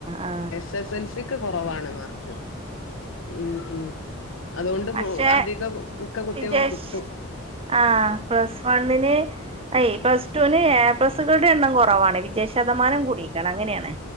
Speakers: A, on the right; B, on the left.
A: ആ
B: എസെൽസിക്ക് കൊറവാണ് മാർക്ക് ഉം ഉം അതുകൊണ്ട്
A: പക്ഷെ
B: അധികം മിക്ക കുട്ടികൾക്കും
A: വിജയശ്
B: കിട്ടും
A: ആ പ്ലസ് വണ്ണിന് അയ് പ്ലസ്ടുവിന് ഏ പ്ലസ്കൾടെ എണ്ണം കൊറവാണ് വിജയ ശതമാനം കൂടിക്കാണ് അങ്ങനെയാണ്